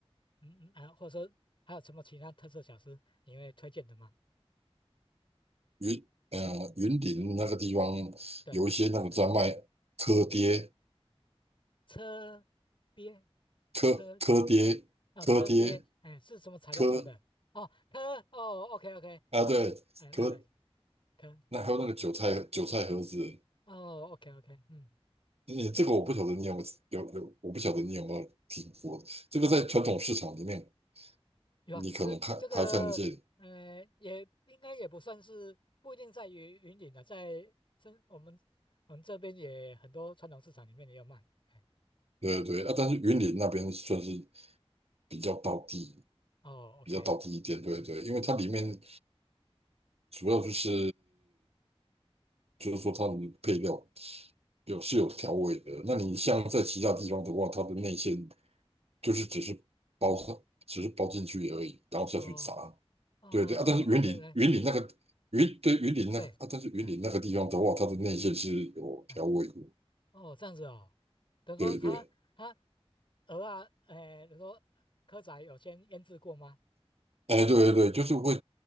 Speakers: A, on the left; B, on the right.
A: 嗯嗯啊，或者说还有什么其他特色小吃你会推荐的吗？
B: 云呃云林那个地方
A: 对，
B: 有一些那个在卖柯爹、
A: 车边
B: 蚵蚵爹、
A: 车哦，
B: 蚵爹、
A: 车鳖，哎，是什么材料做的？
B: 蚵蚵
A: 哦，科哦，OK OK，
B: 啊，
A: 好，
B: 对，
A: 哎，对对，
B: 蚵
A: 科，
B: 那还有那个韭菜韭菜盒子，
A: 哎，哦，OK OK，嗯。
B: 你这个我不晓得你有没有有，有，我不晓得你有没有听过。这个在传统市场里面，
A: 有啊，
B: 你可能看还看得见，
A: 这这个呃，也应该也不算是不一定在于云顶的，在真我们我们这边也很多传统市场里面也有卖。哎，
B: 对对对啊。但是云林那边算是比较道地，
A: 哦，OK，
B: 比较道地一点，对对。
A: 嗯，
B: 因为它里面主要就是就是说它的配料有是有调味的。那你像在其他地方的话，它的内馅就是只是包上，只是包进去而已，然后下去炸。
A: 哦哦，OK，
B: 对对啊，但是云林云林那个云对云林那个啊，
A: 来是，对，
B: 但是云林那个地方的话，
A: 哎
B: 它的内馅是有调味的，
A: 哎，哦，这样子哦，等于说他他
B: 对对，
A: 鹅啊，哎，等于说蚵仔有先腌制过吗？
B: 哎对对对，就是会